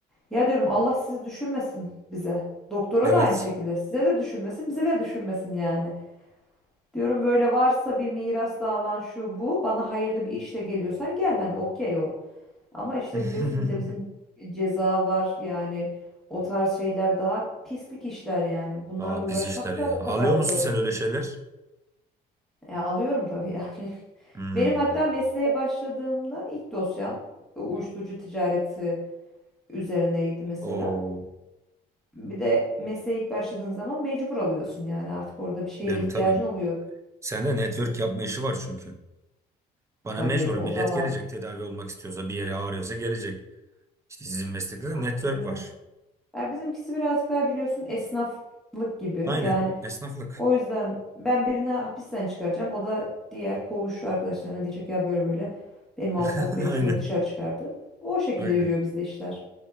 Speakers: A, in the centre; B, on the right (about 15°).
A: Ya diyorum Allah sizi düşürmesin bize. Doktora
B: evet.
A: da aynı şekilde. Size de düşürmesin, bize de düşürmesin yani. Diyorum böyle varsa bir miras davan şu bu. Bana hayırlı bir işle geliyorsan gel hani okey o. Ama işte
B: <laughs>
A: biliyorsun bir de bizim ceza var yani o tarz şeyler daha pislik işler yani. Bunlarla
B: Daha
A: uğraşmak
B: pis işler ya.
A: da o
B: Alıyor
A: kadar zor.
B: musun sen öyle şeyler?
A: Ya alıyorum tabii yani. <laughs>
B: Hmm.
A: Benim hatta mesleğe başladığımda ilk dosyam e, uyuşturucu ticareti üzerineydi mesela.
B: O
A: Bir de mesleğe ilk başladığın zaman mecbur alıyorsun yani artık orada bir şeye
B: benim
A: ihtiyacın
B: tabii.
A: oluyor.
B: Sende network
A: O sebep-
B: yapma işi var çünkü. Bana
A: Tabii
B: mecbur
A: o
B: millet
A: da var.
B: gelecek tedavi olmak istiyorsa bir yere ağrıyorsa gelecek. İşte sizin meslekte de
A: Aynen
B: network
A: öyle.
B: var.
A: Ya bizimkisi birazcık daha biliyorsun esnaflık gibi.
B: Aynen.
A: Yani
B: Esnaflık.
A: o yüzden ben birini hapisten çıkaracağım. O da diğer koğuş arkadaşlarına diyecek ya böyle böyle benim avukat
B: <laughs>
A: beni şöyle
B: Aynen.
A: dışarı çıkardı. O şekilde
B: Aynen.
A: yürüyor bizde işler.